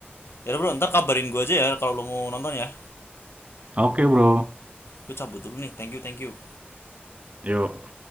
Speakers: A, on the left (about 80°); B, on the right (about 35°).
A: Ya udah bro, ntar kabarin gue aja ya kalau lo mau nonton ya.
B: Oke bro.
A: Gue cabut dulu nih. Thank you thank you.
B: Yuk.